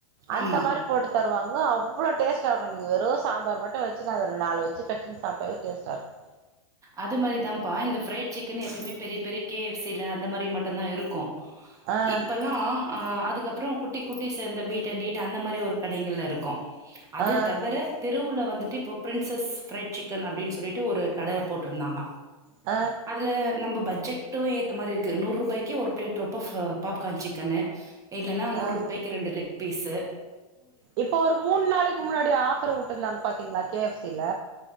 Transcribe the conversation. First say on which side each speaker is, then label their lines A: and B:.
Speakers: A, on the right; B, on the right.
A: அந்த
B: ஆமா
A: மாரிப் போட்டு தருவாங்க அவ்ளோ டேஸ்டாக்கு நீங்க வெரு சாம்பார் மட்டு வச்சு நா அத ர நாலு வச்சு கட் சாப்டவே டேஸ்டா இருக்கு
B: அது மாரி தாப்பா இந்த ஃப்ரைட் சிக்கன் எப்பியுமே பெரிய பெரிய கேஎஃப்சி ல அந்த மாரி மட்டுந்தா இருக்கு
A: ஆ
B: இப்பலா அ அதுக்கப்ற குட்டி குட்டி சேந்த மீட்டாண்டீட் அந்த மாரி ஒரு கடைங்கள்ல இருக்கு அது
A: ஆ
B: தவர தெருவுல வந்துட்டு இப்போ பிரின்சஸ் ஃப்ரைட் சிக்கன் அப்டின் சொல்லிட்டு ஒரு கட போட் ட்ருந்தாங்க
A: அ
B: அதுல நம்ம பஜ்ஜெட்டு ஏத்த மாரிருக்கு நூர் ரூபாய்க்கு ஒரு பிளேட் ரொப்ப ஃப பாப்கான் சிக்கனு இல்லனா நூர்ருபாய்க்கு
A: ஆ
B: ரெண்டு லெக் பீஸ்சு
A: இப்போ ஒரு மூன் நாளைக்கு முன்னாடி ஆஃபர் வுட்ருந்தாங்க பாத்தீங்ளா கே எஃப் சி ல